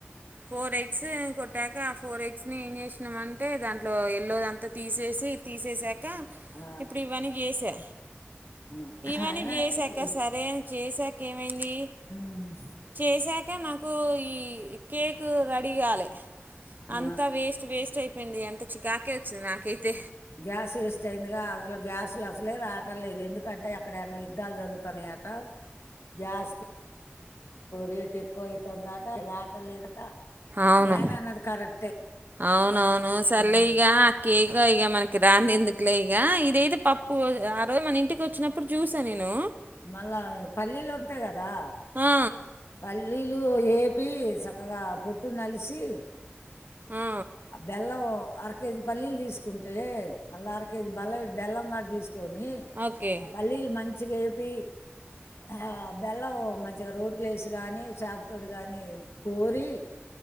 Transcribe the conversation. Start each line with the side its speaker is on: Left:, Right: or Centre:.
Right: ఫోర్ ఎగ్ ఎగ్స్ కొట్టాక ఆ ఫోర్ ఎగ్స్ ని ఏం చేసినం అంటే దాంట్లో ఎల్లో అంతా తీసేసి తీసేసాక గా
Left: ఆ!
Right: ఇప్పుడు ఇవన్నీ చేసా
Left: హ్మ్.
Right: ఇవన్నీ
Left: అయినా
Right: చేశాక
Left: ఇప్పుడు
Right: సరే అని చేశా ఏమైంది
Left: హ్మ్.
Right: చేసాకా నాకు ఈ కేకు ఇదికాలే
Left: ఆ!
Right: అంత వేస్ట్ వేస్ట్ అయిపోయింది అంత చికాకే వచ్చింది నాకైతే
Left: గ్యాస్ వేస్ట్ అయిందిగా అసలు గ్యాస్లు అసలే రావటం లేదు ఎందుకంటే అక్కడ ఎన్నో యుద్ధాలు జరుగుతున్నాయి అట గ్యాస్ రేటు ఎక్కువ అవుతుందట రాటం లేదట
Right: అవును
Left: మీ ఆయన అన్నది కరెక్టే.
Right: అవునవును సరలేే
Left: హ్మ్.
Right: ఇక కేక్ ఇక మనకి ఇక దంది ఎందుకులే ఇక ఇదేతే పప్పు ఆ రోజు మన ఇంటికి వచ్చినప్పుడు చూసా నేను
Left: మళ్ళా పల్లీలు వాతాయి కదా
Right: ఆ,
Left: పల్లీ లు ఏపి చక్కగా పొట్టు నలిసి
Right: ఆ,
Left: ఆ బెల్లం అర కేజీ పల్లీలు తీసుకుంటే మళ్ళ అర కేజీ బల్లం బెల్లం కూడా తీసుకు కొని
Right: ఓకే
Left: పల్లీలు మంచిగ ఏపీ ఆ బెల్లం మంచిగా రోట్లేస్ గాని చాకుతోటి గాని నూరి